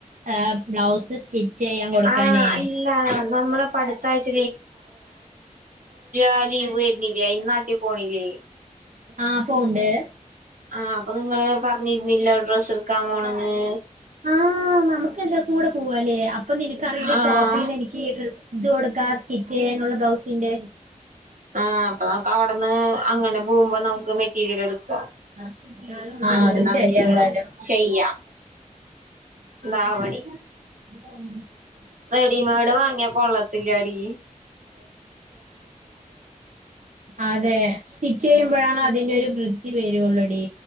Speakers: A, on the right; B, on the right.
A: ഏ ബ്ലൗസ് സ്റ്റിച്ചയ്യാൻ കൊടുക്കാനേന്
B: ആഹ് അല്ല നമ്മള് പടുത്താഴ്ച ആ ലീവ് വര്ണില്ലേ അയ്‌ന് നാട്ടിപോണില്ലേ
A: ആ പോവുണ്ട്
B: ആ അപ്പൊ ഇങ്ങള് പറഞ്ഞിരുന്നില്ലെ ഡ്രസ് ഇടുക്കാൻ പോണന്ന്
A: ആഹ് നമുക്ക് എല്ലാർക്കും കൂടെ പോവല്ലേ അപ് അപ്പൊ നിനക്കറിയണ
B: ആഹ്
A: ഷോപ്പിന്ന് എനിക്ക് ഡ്രസ്സ് ഇത് കൊടുക്ക സ്റ്റിച്ച് ചെയ്യാനുള്ള ബ്ലൗസിന്റെ
B: ആ അപ്പൊ നമുക്ക് അവിടന്ന് അങ്ങനെ പോകുമ്പോ നമുക്ക് മെറ്റീരിയൽ എടുക്ക
A: ആഹ്
B: അന്നട്ട്
A: അത്
B: നമുക്ക്
A: ശരിയാ എന്തായാലും
B: ചെയ്യാം ദാവണി
A: ഉം
B: റെഡിമെയ്ഡ് വാങ്ങിയ കൊള്ളത്തില്ല്യടി
A: അതെ സ്റ്റിച്ച് ചെയ്യുമ്പോഴാണ് അതിന്റെ ഒരു വൃത്തി വരുള്ളൂ ടി